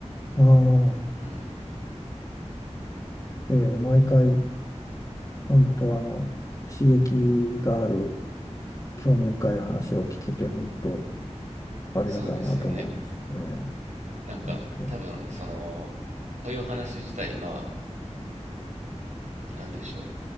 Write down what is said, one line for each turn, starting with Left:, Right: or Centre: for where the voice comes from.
Left: ああ、
Right: うん、
Left: えー毎回、本当あの、刺激がある、興味深い話を聞けて、本当ありがたいなと思うんですよね。
Right: そうですよねなんか多分そのこういうお話自体まあ
Left: 本当。
Right: 何でしょう